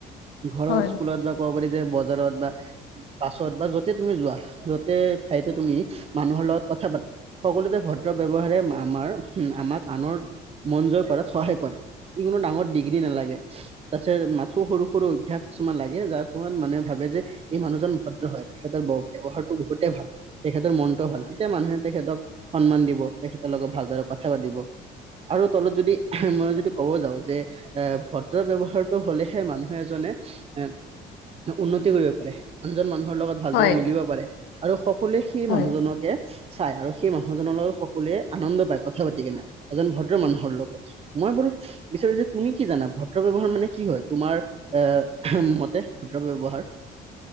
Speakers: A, on the right (about 35°); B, on the left (about 85°).
A: ঘৰৰ
B: হয়
A: স্কুলত বা ক'ব পাৰি যে বজাৰত বা পাছত বা য'তে তুমি যোৱা য'তে ঠাইতে তুমি মানুহৰ লগত কথা পাতো সকলোতে ভদ্ৰ ব্যৱহাৰে আমাৰ আমাক আনৰ মন জয় কৰাত সহায় কৰে, ই কোনো ডাঙৰ ডিগ্ৰী নালাগে। তাৰ পিছত মাথো সৰু সৰু অভ্যাস কিছুমান লাগে যাৰ ফলত মানে ভাবে যে এই মানুহজন ভদ্ৰ হয়, তেখেতৰ ব্যৱহাৰতটো বহুতে ভাল তেখেতৰ মন ত ভাল তেতিয়া মানুহে তেখেতক সন্মান দিব তেখেতৰ লগত ভালদৰে কথা পাতিব। আৰু তলত যদি মই যদি ক'ব যাওঁ যে এ ভদ্ৰ ব্যৱহাৰটো হ'লে হে মানে মানুহ এজনে এ উন্নতি কৰিব পাৰে। আনজন মানুহৰ লগত ভালদৰে
B: হয়
A: মিলিব পাৰে আৰু সকলোৱে সেই
B: হয়
A: মানুহজনক চাই আৰু সেই মানুহজনৰ লগত সকলোৱে আনন্দ পায় কথা পাতি কেনে এজন ভদ্ৰ মানুহৰ লগত। মই বাৰু বিচাৰো যে তুমি কি জানা ভদ্ৰ ব্যৱহাৰ মানে কি হয় তোমাৰ এ মতে ভদ্ৰ ব্যৱহাৰ।